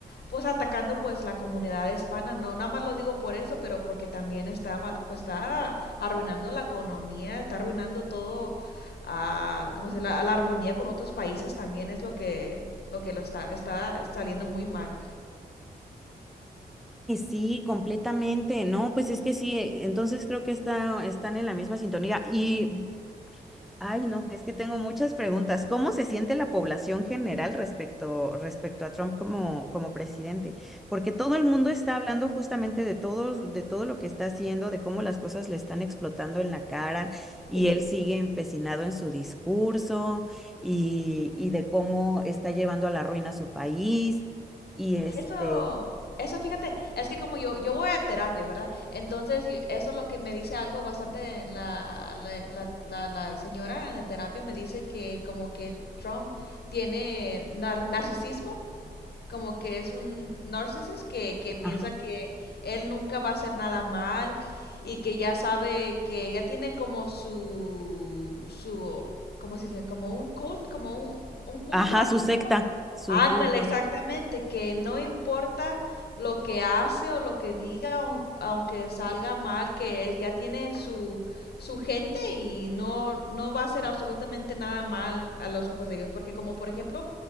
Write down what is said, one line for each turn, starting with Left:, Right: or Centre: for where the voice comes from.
Left: pues atacando pues la comunidad hispana no nada más lo digo por eso pero porque también está pues está arruinando la economía está arruinando todo a, como dice, la, la, armonía con otros países también es lo que lo que lo está está saliendo muy mal
Centre: sí, completamente. No, pues es que sí, eh, entonces creo que está, están en la misma sintonía. Y Ay, no, es que tengo muchas preguntas. ¿Cómo se siente la población general respecto, respecto a Trump como, como presidente? Porque todo el mundo está hablando justamente de todo, de todo lo que está haciendo, de cómo las cosas le están explotando en la cara y
Left: sí
Centre: él sigue empecinado en su discurso y, y de cómo está llevando a la ruina a su país y este,
Left: eso eso fíjate es que como yo yo voy a terapia verdad entonces yo- eso es lo que me dice algo bastante la la, la, la la señora en terapia me dice que como que Trump tiene nar narcisismo como que es un narcisista que, que piensa
Centre: ajá,
Left: que él nunca va a hacer nada mal y que ya sabe que ya tiene como su su cómo se dice como un cult como un, un culto
Centre: ajá,
Left: así
Centre: su secta, su
Left: Ándale,
Centre: culto.
Left: exactamente, que no importa lo que hace o lo que diga, aun- aunque salga mal, que es- ya tiene su, su gente y no, no va a hacer absolutamente nada mal a los ojos de ellos. Porque como por ejemplo,